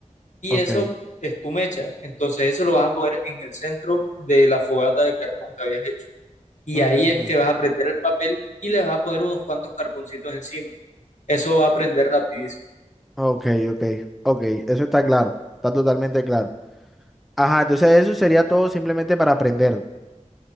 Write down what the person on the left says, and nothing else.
Y
eso es tu mecha. Entonces eso lo vas a poner en el centro de la fogata de carbón que habías hecho. y
ahí es que vas a prender el papel y le vas a poner unos cuantos carboncitos encima. Eso va a prender rapidísimo.